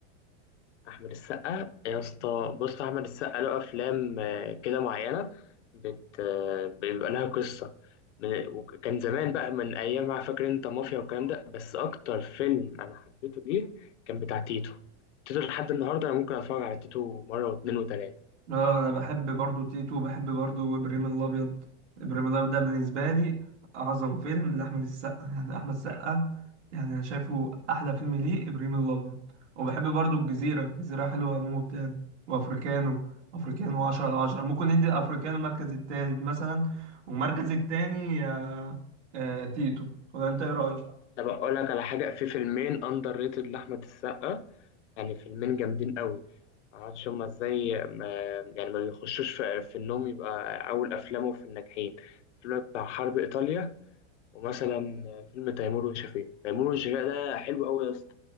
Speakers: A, on the left; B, on the right.
A: احمد السقا يا اسطى بص احمد السقا له افلام آه، كده معينه بت آه، بيبقى لها قصه من- وكان زمان بقى من ايام ما فاكر انت مافيا والكلام ده بس اكتر فيلم انا حبيته ليه كان بتاع تيتو تيتو لحد النهارده انا ممكن اتفرج على تيتو مره واتنين وتلاته
B: اه انا بحب برضو تيتو وبحب برضو ابراهيم الابيض ابراهيم الابيض ده بالنسبه لي اعظم فيلم لاحمد السقا يعني احمد السقا يعني انا شايفه احلى فيلم ليه ابراهيم الابيض وبحب برضو الجزيره الجزيره حلوه اموت يعني وافريكانو افريكانو 10 على 10 ممكن ندي افريكانو المركز التالت مثلا والمركز التاني آه آه تيتو ولا انت ايه رايك
A: طب اقول لك على حاجه في فيلمين اندر ريتد لاحمد السقا يعني فيلمين جامدين قوي معرفش هما ازاي ما يعني ما بيخشوش في, في انهم يبقى اول افلامه في الناجحين الفيلم بتاع حرب ايطاليا ومثلا فيلم تيمور وشفيقة تيمور وشفيقة ده حلو قوي يا اسطى